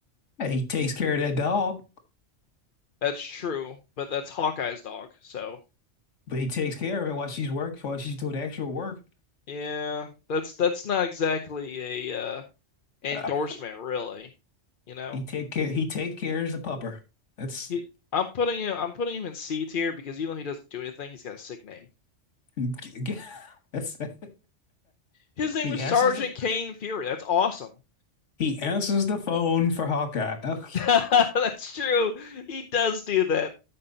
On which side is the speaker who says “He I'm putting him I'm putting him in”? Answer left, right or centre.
Left